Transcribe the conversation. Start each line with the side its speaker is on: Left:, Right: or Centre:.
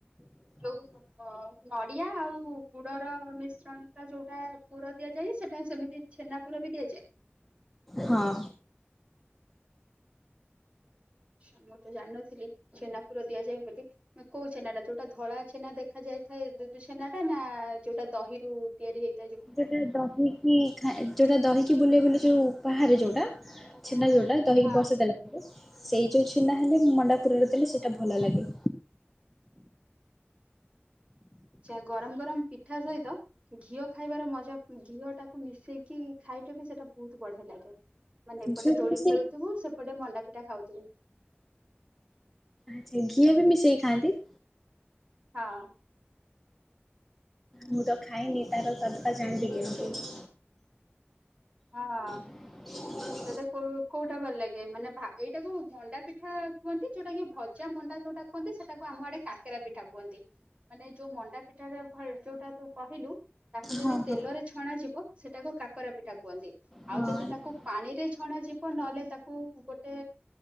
Right: ଯୋଉ ଅ ନଡିଆ ଆଉ ଗୁଡର ମିଶ୍ରଣ ଟା ଯୋଉଟା ପୁର ଦିଆଯାଏ ସେଟା ସେମିତି ଚ୍ଛେନା ପୁର ବି ଦିଆଯାଏ।
Centre: ହଁ।
Right: ଛା ମୁଁ ତ ଜାଣିନଥିଲି ଛେନାପୁର ଦିଆଯାଏ ବୋଲି। ନେ କୋଉ ଚ୍ଛେନା ଟା ଯୋଉଟା ଧଳା ଚ୍ଛେନା ଦେଖା ଯାଇଥାଏ ଦୁଦୁ ଚ୍ଛେନା ଟା ନା ଯୋଉଟା ଦହି ରରୁ ତିଆରି ହେଇ
Centre: ସେଟା ଦହି କି ଖା ଯୋଉଟା ଦହିକି ବୁଲେଇ ବୁଲେ ଯୋଉ ବାହାରେ ଯୋଉଟା ଛେଣ୍ଡା ଯୋଉଟା ଦହିକି
Right: ହଁ
Centre: ବସେଇ ଦେଲା ପରେ ସେଇ ଯୋଉ ଚ୍ଛେନା ହେଲେ ମଣ୍ଡାପୁରରେ ଦେଲେ ସେଇଟା ଭଲ ଲାଗେ।
Right: ଆଛା ଗରମ ଗରମ ପିଠା ସହିତ ଘିଅ ଖାଇବାର ମଜା ଘିଅ ଟାକୁ ମିଶେଇକି ଖାଇଟେ ବି ସେଇଟା ବୋହୁତ ବଢିଆ ଲାଗେ। ମାନେ ଏପଟେ
Centre: ଘିଅ ବି
Right: ଦୋଳି
Centre: ମିଶେଇ
Right: ଖେଳୁଥିବୁ ସେପଟେ ମଣ୍ଡା ପିଠା ଖାଉଥୁବୁ।
Centre: ଆଛା ଘିଅ ବି ମିଶେଇକି ଖାଆନ୍ତି?
Right: ହଁ।
Centre: ମୁଁ ତ ଖାଇନି ତାର ସ୍ବାଦ ଟା ଜାଣିିବି କେମତି।
Right: ହଁ।
Centre: ହ
Right: ତତେ କୋଉ କୋଉଟା ଭଲ ଲାଗେ? ମାନେ ଏଇଟା କ ମଣ୍ଡା ପିଠା କୁହନ୍ତି ଯୋଉଟା କି ଭ ଜା ମଣ୍ଡା ଯୋଉଟା କହନ୍ତି ସେଟାକୁ ଆମ ଆଡେ କାକରା ପିଠା କୁହନ୍ତି। ମାନେ ଯୋଉ ମଣ୍ଡା ପିଠା ଯୋଉଟା ତୁ କହିଲୁ ତାକୁ ଯଦି
Centre: ହଁ ହଁ।
Right: ତେଲରେ ଛଣା ଯିବ ସେଟାକୁ କାକରା ପିଠା କୁହନ୍ତି
Centre: ହଁ
Right: ଆଉ ଯଦି ତାକୁ ପାଣିରେ ଛଣା ଯିବ ନହେଲେ ତାକୁ ଗୋଟେ